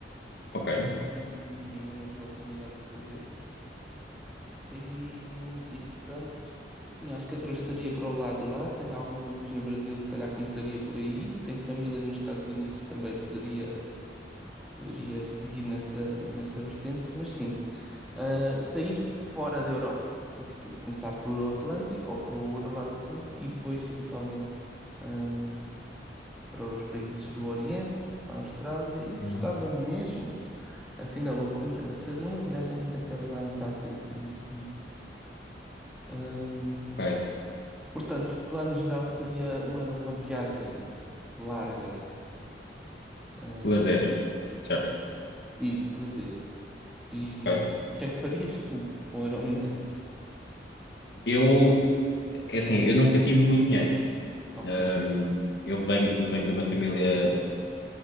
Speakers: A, on the left (about 65°); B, in the centre.
A: ok,
B: e ainda não tive a oportunidade de o fazer. E, hum, e portanto, sim, acho que atravessaria para o lado de lá. Tenho alguns amigos no Brasil, se calhar começaria por aí. Tenho família nos Estados Unidos também, poderia, poderia seguir nessa, nessa vertente. Mas sim, Uh, sair fora da Europa, sobretudo, começar pelo Atlântico ou pelo outro lado do Atlântico e depois, eventualmente, um, para os países do Oriente, para a Austrália. E gostava
A: Uhum.
B: mesmo, assim na loucura, de fazer uma viagem daquelas à Antártida que existem. Um,
A: ok.
B: portanto, o plano geral seria uma, uma viagem larga, um,
A: Lazer, certo,
B: isso, lazer. E hum,
A: ok.
B: o que é que farias tu com o Euromilhões?
A: Eu, é assim, eu nunca tive muito dinheiro.
B: Ok,
A: Ahm, eu venho, eu venho de uma família,